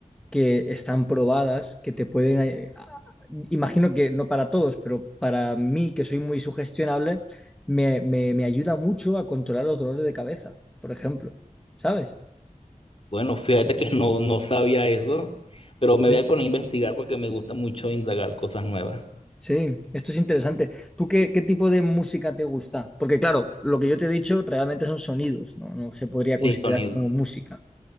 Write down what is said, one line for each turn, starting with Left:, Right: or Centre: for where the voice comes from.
Centre: que están probadas, que te pueden... eh, a- Imagino que no para todos, pero para mí, que soy muy sugestionable, me, me- me ayuda mucho a controlar los dolores de cabeza, por ejemplo. ¿Sabes?
Left: Bueno, fíjate que no, no sabía eso, pero me
Centre: Sí.
Left: voy a poner a investigar porque me gusta mucho indagar cosas nuevas.
Centre: Sí, esto es interesante. ¿Tú qué, qué tipo de música te gusta? Porque claro, lo que yo te he dicho realmente son sonidos, no, No se podría
Left: Sí,
Centre: considerar
Left: sonidos.
Centre: como música.